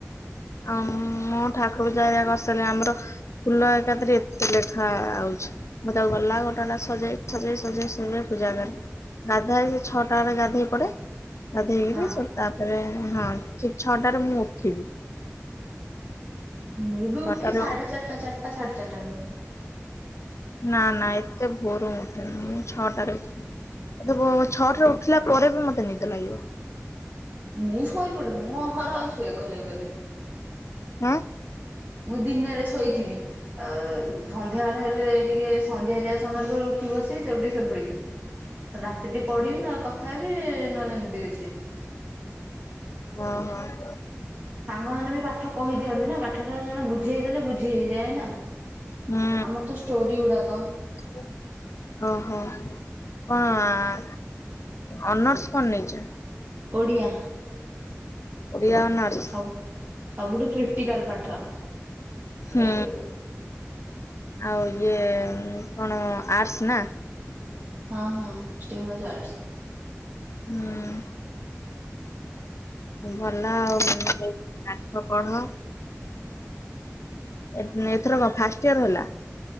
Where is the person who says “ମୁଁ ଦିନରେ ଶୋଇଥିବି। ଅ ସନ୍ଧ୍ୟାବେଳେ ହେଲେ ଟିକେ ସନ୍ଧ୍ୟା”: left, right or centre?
Right